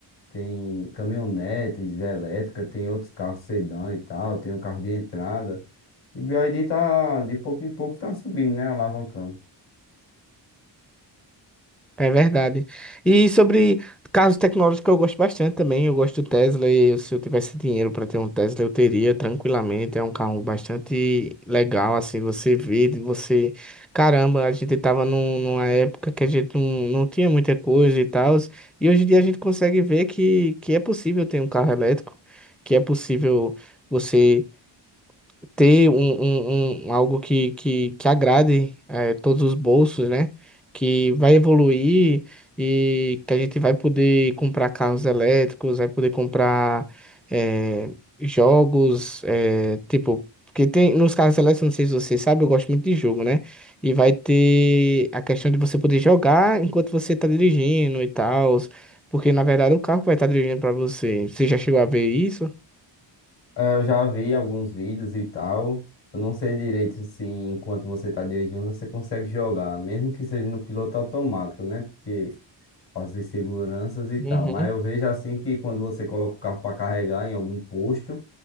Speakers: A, on the left; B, in the centre.
A: tem caminhonetes elétricas, tem outros carros sedã e tal, tem um carro de entrada. E BYD tá, de pouco em pouco tá subindo, né? Alavancando.
B: É verdade. E sobre carros tecnológicos, eu gosto bastante também. Eu gosto do Tesla e se eu tivesse dinheiro para ter um Tesla, eu teria tranquilamente. É um carro bastante legal, assim, você vê, de você... Caramba, a gente estava numa época que a gente não, não tinha muita coisa e tal, e hoje em dia a gente consegue ver que, que é possível ter um carro elétrico, que é possível você ter um, um, um- algo que, que, que agrade eh, todos os bolsos, né? Que vai evoluir e que a gente vai poder comprar carros elétricos, vai poder comprar eh, jogos, eh, tipo, porque tem nos carros elétricos, não sei se você sabe, eu gosto muito de jogo, né? E vai ter a questão de você poder jogar enquanto você está dirigindo e tal, porque na verdade o carro vai estar dirigindo para você. Você já chegou a ver isso?
A: É, eu já vi alguns vídeos e tal. Eu não sei direito se enquanto você está dirigindo você consegue jogar, mesmo que seja no piloto automático, né? Porque as inseguranças e tal.
B: Uhum.
A: Mas eu vejo assim que quando você coloca o carro para carregar em algum posto